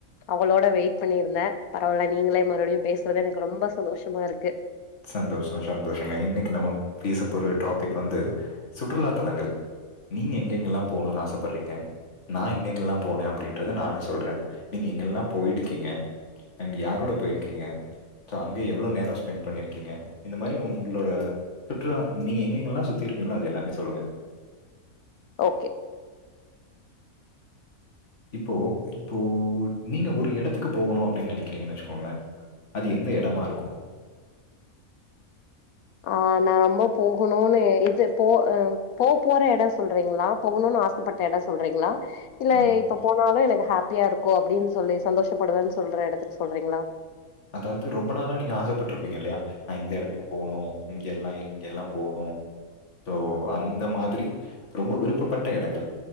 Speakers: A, on the left; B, on the left.
A: ஆவளோட வெயிட் பண்ணியிருந்தேன் பரவால்ல நீங்களே மறுபடியும் பேச எனக்கு ரொம்ப சந்தோஷமா இருக்கு
B: சந்தோஷம் சந்தோஷங்க இன்னைக்கு நம்ம பேச போற டாபிக் வந்து சுற்றுலா தலங்கள் நீங்க எங்கங்கல்லாம் போணும்னு ஆசைப்படுறீங்க நான் எங்கெங்கல்லாம் போனேன் அப்படின்றத நானும் சொல்றேன் நீங்க எங்கல்லாம் போயிருக்கீங்க அண்ட் யாரோட போயிருக்கீங்க அங்க எவ்வளோ நேரம் ஸ்பெண்ட் பண்ணிரு ங்க இந்த மாதிரி உங்களோட சுற்றுலா நீங்க எங்கங்கல்லா சுத்தி இருக்கீங்களோ அது எல்லாமே சொல்லுங்க
A: ஓகே
B: இப்போ இப்போ நீங்க ஒரு இடத்துக்கு போகணும் அப்படின்னு நினைக்கிறீங்கன்னு வச்சுக்கோங்களேன் அது எந்த இடமா இருக்கும்
A: ஆஹ் நான் ரொம்ப போகணும்னு இது போ போ போற இடம் சொல்றீங்களா போகணும்ன்னனு ஆசைப்பட்ட இடம் சொல்றீங்களா இல்ல
B: ம்.
A: இப்ப போனாலும் எனக்கு ஹப் பிரியா இருக்கும் அப்படின்னு சொல்லி சந்தோஷப்படுவேன்னு சொல்ற இடத்துக்கு சொல்றீங்களா
B: அதாவது ரொம்ப நாளா நீங்க ஆசைப்பட்டிருப்பீங்க இல்லையா நான் இந்த இடத்துக்கு போகணும் இங்க எல்லாம் இங்க எல்லாம் போணும் சோ அந்த மாதிரி ரொம்ப விருப்பப்பட்ட இடங்கள்